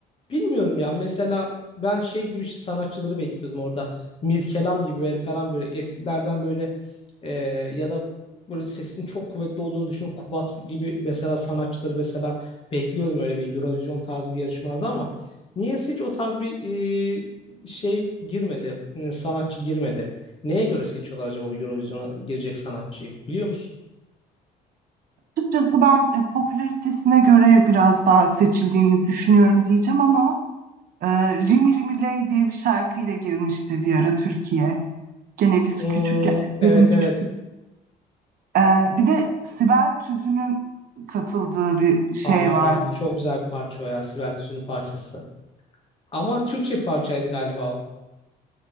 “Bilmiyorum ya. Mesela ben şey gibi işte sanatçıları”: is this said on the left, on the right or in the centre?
Left